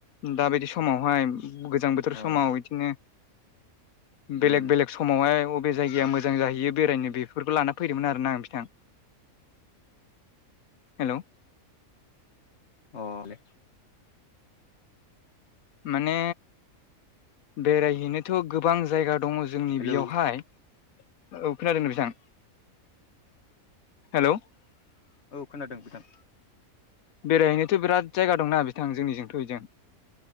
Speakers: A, on the left; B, on the left.
A: दााबायदि समावहाय गोजां बोथोर
B: अ
A: समाव बिदिनो बेलेग
B: उम
A: बेलेग समावहाय अबे जायगाया मोजां जाहैयो बेरायनो बेफोरखौ लाना फैदोंमोन आरोना आं बिथां हेल'
B: औले
A: माने बेरायहैनो थ' गोबां जायगा दङ जोंनि
B: हेलौ
A: बेयावहाय औ खोनादों बेां हेल'।
B: औ खोनादों नोंथां
A: बेरायहैनोथ' बिराद जायगा।